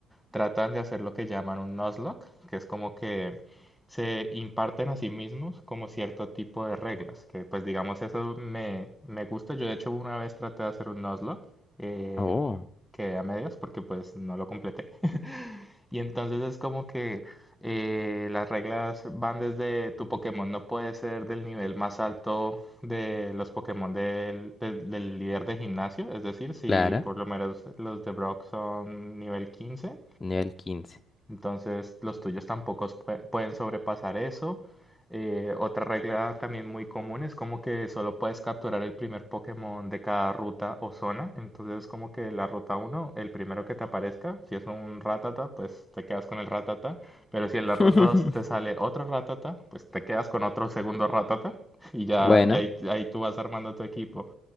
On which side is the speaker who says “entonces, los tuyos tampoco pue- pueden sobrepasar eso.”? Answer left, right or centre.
Centre